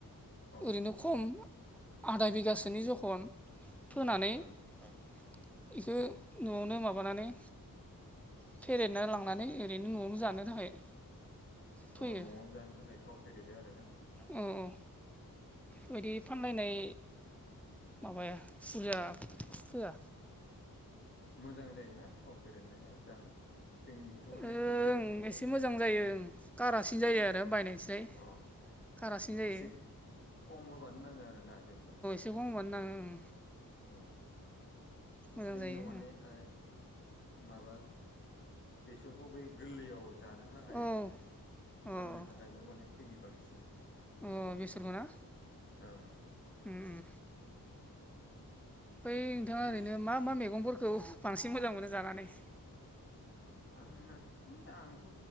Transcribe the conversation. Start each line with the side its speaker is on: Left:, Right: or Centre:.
Left: औ ओं
Centre: ओरैनो खम आधा बिगासोनि जखन फोनानै एखो
Left: अ
Centre: न'आवनो माबानानै फेरेना लांनानै ओरैनो न'आवनो जानो थाखाय फोयो
Left: अ न'आवनो जानो थाखाय थाव फेरेदो आरो ना
Centre: अ औ बेबायदि फानलायनाय माबाया बुरजा
Left: औ
Centre: फोआ
Left: मोजां जायोना थाव फेरेदनाया जानो जोंनिखैथ' माने
Centre: ओं
Left: थाव फेरेदनाय
Centre: एसे मोजां
Left: गैयाना
Centre: जायो ओं कारासिन जायो
Left: ओं
Centre: आरो बायनायनिस्राय
Left: अ
Centre: कारासिन जायो
Left: एसे खम होबानो नाङो आरोना जेनेबा
Centre: मेगं होबानो नाङो ओं
Left: ओं
Centre: मोजां
Left: जोंनियाव
Centre: जायो
Left: माने ओ माबा बेसरखौ बै गोल्लैयाव जानो थाखाय
Centre: ओं औ अ
Left: फाननो थाखायल' माने फैयो बांसिन
Centre: अ बेसरखौ ना
Left: ओं ओं
Centre: उम उम बै नोंथाङा
Left: बेस
Centre: ओरैनो मा मा मैगंफोरखौ बांसिन मोजां मोनो जानानै?
Left: आंना आंथ'